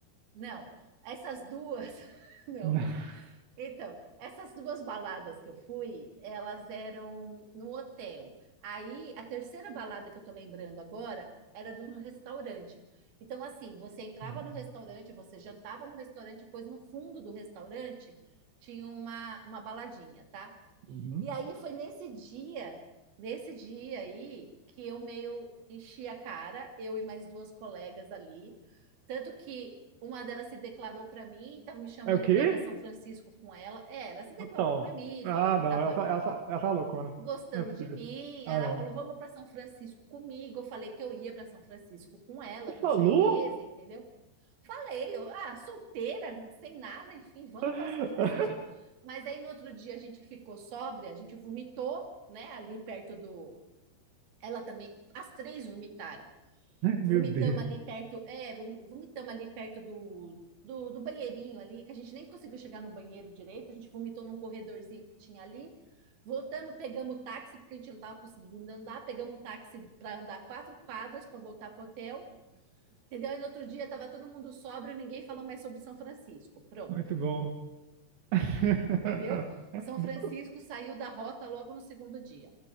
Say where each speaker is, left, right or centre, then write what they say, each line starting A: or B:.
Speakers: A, on the right; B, on the right.
A: Não, essas duas, <laughs> não.
B: <laughs>
A: Então, essas duas baladas que eu fui, elas eram no hotel. Aí, a terceira balada que eu tô lembrando agora era de um restaurante. Então, assim, você entrava
B: Não.
A: no restaurante, você jantava no restaurante, depois no fundo do restaurante tinha uma, uma baladinha, tá?
B: Uhum.
A: E aí foi nesse dia, nesse dia aí, que eu meio enchi a cara, eu e mais duas colegas ali. Tanto que uma delas se declarou para mim, estava me chamando
B: É o quê?
A: para ir para São Francisco com ela. É, ela se declarou
B: Total.
A: para mim,
B: Ah,
A: falou que
B: não,
A: estava
B: essa, essa, essa é loucura.
A: gostando
B: Não é possível.
A: de mim.
B: Ah,
A: Aí Ela
B: não.
A: falou: "Vamos para São Francisco comigo". Eu falei que eu ia para São Francisco com ela,
B: Você
A: com
B: falou?
A: certeza, entendeu? Falei, eu, ah, solteira, sem nada, enfim, vamos
B: <laughs>
A: para São Francisco. Mas aí no outro dia a gente ficou sóbria, a gente vomitou, né, ali perto do. Ela também, as três vomitaram.
B: Ai, Meu
A: Vomitamos
B: Deus.
A: ali perto, é, vomi- vomitamos ali perto do, do, do banheirinho ali, que a gente nem conseguiu chegar no banheiro direito, a gente vomitou num corredorzinho que tinha ali. Voltamos, pegamos o táxi, porque a gente não estava conseguindo andar, pegamos um táxi para andar quatro quadras para voltar para o hotel. Entendeu? E no outro dia estava todo mundo sóbrio, ninguém falou mais sobre São Francisco. Pronto,
B: Muito bom. <laughs>
A: entendeu? São Francisco saiu da rota logo no segundo dia.